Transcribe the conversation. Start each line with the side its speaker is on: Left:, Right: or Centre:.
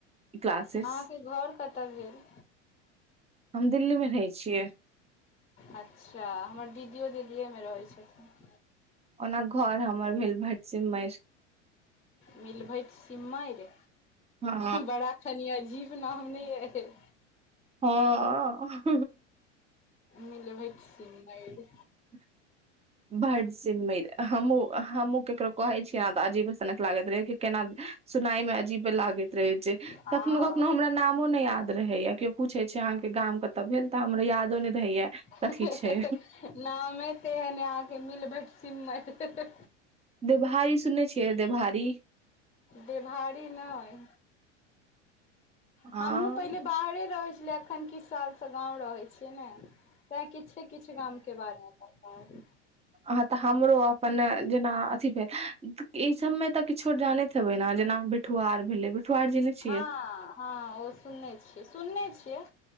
Right: क्लासेस
Left: अहाँके घर कतऽ भेल
Right: हम दिल्ली मे रहै छियै।
Left: अच्छा हमर दीदीयो दिल्लीएमे रहै छैथ।
Right: ओना घर हमर भेल भटसिमैर
Left: मिल भट सिम्मैर
Right: हँ
Left: बड़ा कनि अजीव नाम ने ऐय
Right: हँ अ अऽ
Left: मिल भइ सि मार,
Right: ह, बडसीमैर, हमूँ, हमहूँ केकरो कहै छियै ने तऽ, अजीब सनक लागैत रहै छै, कि केना, सुनाय मे अजीबे लागैत रहै छै
Left: हँ
Right: कखनो- कखनो हमरा नामो नै याद रहैया केओ। पूछे छै आहाँके गाम कतऽ भेल तऽ हमरा यादो नै रहैया।
Left: ह-ह-ह
Right: कथी छै
Left: नाम तेहन है आहाँके मिलभटसिम्मर।
Right: देभारी सुनने छियै देभारी?
Left: देभारी नैय।
Right: हँ
Left: हमहूँ पहिले बाहरे रहै छेलियै एखन किछ सालसँ गाँव रहै छियै ने। तैं किछे- किछे गाम के बारे मे पता अइ।
Right: आहाँ तऽ हमरो अपन जेना अथि भेल ई सबमे तऽ किछो जानैत- हेबै नऽ जेना बिठुआर भेलेै बिठुआर जने छियै।
Left: हँ हँ ओ सुनने छियै सुनने छियै।